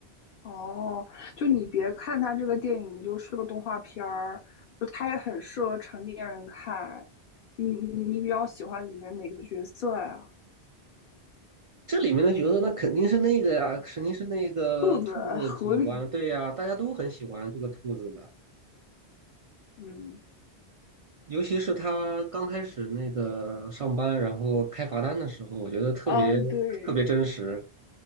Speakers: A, on the left (about 60°); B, on the right (about 65°).
A: 哦，就你别看它这个电影就是个动画片儿，就它也很适合成年人看。你你你比较喜欢里面哪个角色呀？
B: 这里面的角色那肯定是那个呀，肯定是那个兔子警官，
A: 兔子、狐狸，
B: 对呀，大家都很喜欢这个兔子的，
A: 嗯
B: 尤其是他刚开始那个上班，然后开罚单的时候，我觉得特别特别真实。
A: 嗯，对